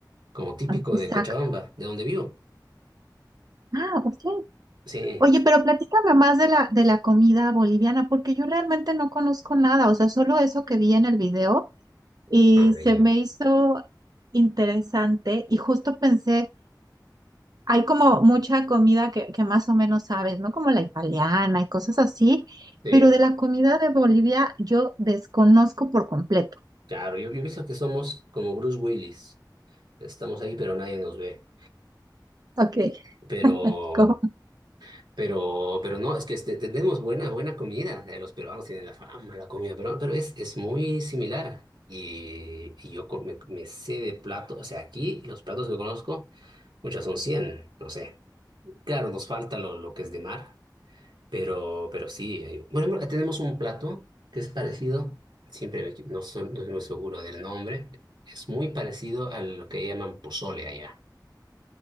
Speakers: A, on the right; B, on the right.
A: como típico
B: Exacto.
A: de Cochabamba, de donde vivo.
B: Ah, ok.
A: Sí,
B: Oye,
A: sí.
B: pero platícame más de la, de
A: sí.
B: la comida boliviana, porque yo realmente no conozco nada, o sea, solo eso que vi en el video y
A: Ah,
B: se
A: ya.
B: me hizo interesante y justo pensé, hay como mucha comida que, que más o menos sabes, ¿no? Como la italiana y cosas así,
A: Sí,
B: pero de la comida de Bolivia yo desconozco por completo.
A: claro. Yo, yo he visto que somos como Bruce Willis. Estamos ahí, pero nadie nos ve.
B: Ok,
A: Pero
B: <laughs> ¿cómo?
A: Pero, pero no, es que este, tenemos buena, buena comida. eh, los peruanos tienen la fama, de la comida peruana, pero es, es muy similar. Y, y yo co- me, me sé de platos, o sea, aquí los platos que conozco, muchas son 100 no sé. Claro, nos falta lo, lo que es de mar, pero, pero sí. hay- Por ejemplo, tenemos un plato que es parecido, siempre me equi- no soy, no soy muy seguro del nombre, es muy parecido a lo que llaman pozole allá.